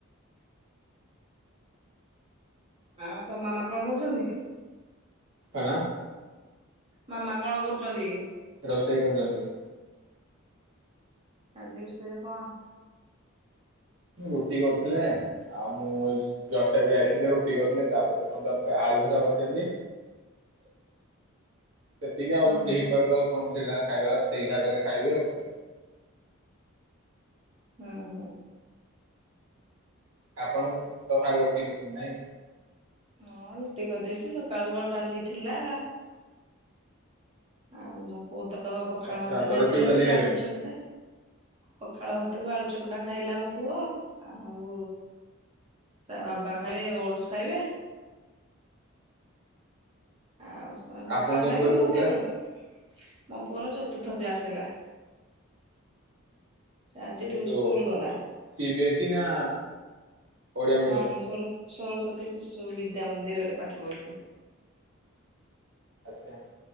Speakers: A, on the right; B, on the right.
A: ଆଉ ତୋ ମାମା କଣ କରୁଛନ୍ତି?
B: କଣ?
A: ମାମା କଣ କରୁଛନ୍ତି?
B: ରୋଷେଇ କରୁଛନ୍ତି।
A: ଆଜି ରୋଷେଇରେ କଣ?
B: ରୁଟି କରୁଥିଲେ। ଆଉ ମୁଁ ଜଷ୍ଟ ଏବେ ଯାଇଥିଲି ଯେ ରୁଟି କରିଥିଲି ତାପରେ ତ କଣ ତର ଆଳୁ ଭଜା ବସିଛନ୍ତି।
A: <unintelligible>
B: ସେତିକି ଆଉ
A: ଓହୋ
B: ଦିପର କଣ ଥିଲା ଖାଇବା ସେଇ ଖାଇବାରେ ଖାଇବି ଆଉ କଣ?
A: ଅହ।
B: ଆପଣ ତ ଖାଲି ରୁଟି କରଛନ୍ତି ନାଇଁ?
A: ହଁ ରୁଟି କରିଦେଇଛି ସକାଳୁ ଯୋଉ ଡାଲି ଥିଲା ଆଉ ମୋ ପୁଅ ତ ପଖାଳ
B: ଆଚ୍ଛା
A: ଭାତ
B: ତ
A: ଖାଇଦେଲା
B: ରୁଟି କୁ ଡାଲି
A: ସେ
B: ଖାଇବେ
A: ଆଳୁଚକ ପଖାଳ ଭାତକୁ ଆଳୁ ଚକଟା ଖାଇଲା ମୋ ପୁଅ ଆଉ ତା ବାବା ଖାଇବେ ଓଡସ ଖାଇବେ ଆଉ ସେ ପଖାଳ
B: ଆପଣଙ୍କ
A: ଖାଇବେ
B: ପୁଅର
A: ମୁଁ
B: କୋଉ କ୍ଲାସ?
A: କେବଳ ମୋ ପୁଅର ଚତୁର୍ଥ କ୍ଲାସ ହେଲା। ଆଜିଠୁ
B: ଭେଯୋ
A: ସ୍କୁଲ ଗଲା
B: ସି ବିି ଏସି ଇ ନା? ଓଡିଆ ମିଡିୟମ
A: ନାଇଁ ସ ସରସ୍ଵତୀ ଶିଶୁ ବିଦ୍ୟା ମନ୍ଦିରରେ ପାଠ ପଢୁଛି
B: ଆଚ୍ଛା